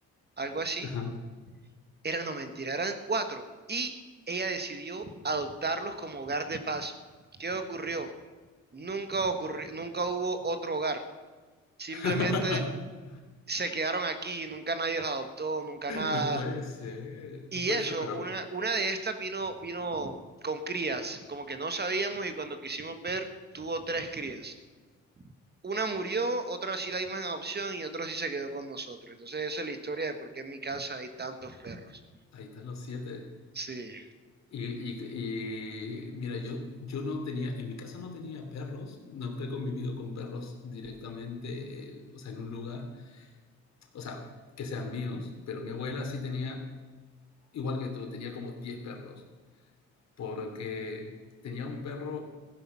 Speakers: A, on the right (about 35°); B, on the left (about 60°).
A: algo así.
B: Ajá.
A: Era, no, mentira, eran cuatro. Y ella decidió adoptarlos como hogar de paso. ¿Qué ocurrió? Nunca ocurrió, nunca hubo otro hogar. Simplemente
B: <laughs>
A: se quedaron aquí, nunca nadie los adoptó, nunca nada.
B: No puede ser.
A: Y
B: No puede
A: eso,
B: ser, pero
A: una, una de estas vino, vino con crías, como que no sabíamos y cuando quisimos ver tuvo tres crías. Una murió, otra sí la dimos en adopción y otra sí se quedó con nosotros. Entonces esa es la historia de por qué en mi casa hay tantos perros.
B: ahí están los siete.
A: Sí,
B: Y, y- y, mira, yo, yo no tenía, en mi casa no tenía perros, nunca he convivido con perros directamente, eh, o sea, en un lugar, o sea, que sean míos, pero mi abuela sí tenía, igual que tú, tenía como 10 perros. porque tenía un perro,